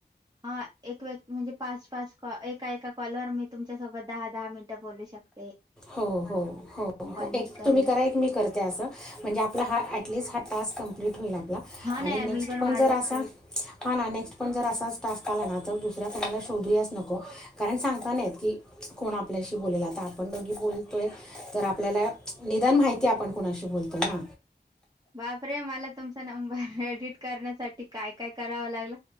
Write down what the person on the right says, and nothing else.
हा एक व्यक्ती म्हणजे पाच पाच कॉ एका एका कॉलवर मी तुमच्यासोबत दहा दहा मिनटं बोलू शकतो.
मी करेन
हा
ना यार
मी वाट
बघते
बापरे मला तुमचा नंबर एडिट करण्यासाठी काय काय करावं लागलं.